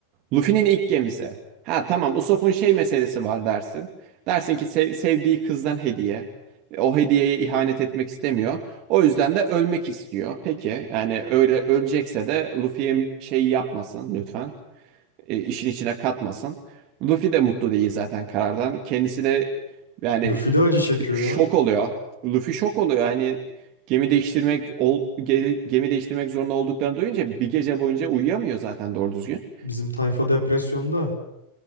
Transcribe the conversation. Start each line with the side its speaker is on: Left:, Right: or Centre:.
Right: Luffy'nin ilk gemisi. Ha tamam Usopp'un şey meselesi var dersin. Dersin ki sev- sevdiği kızdan hediye. O hediyeye ihanet etmek istemiyor. O yüzden de ölmek istiyor. Peki yani öyle ölecekse de Luffy'ye şey yapmasın lütfen e, işin içine katmasın. Luffy de mutlu değil zaten karardan. Kendisi de yani
Left: Luffy de acı çekiyor
Right: şok
Left: ya.
Right: oluyor. Luffy şok oluyor. Hani gemi değiştirmek ol, ge- gemi değiştirmek zorunda olduklarını duyunca bir gece boyunca uyuyamıyor zaten doğru düzgün.
Left: Bizim tayfa depresyonda.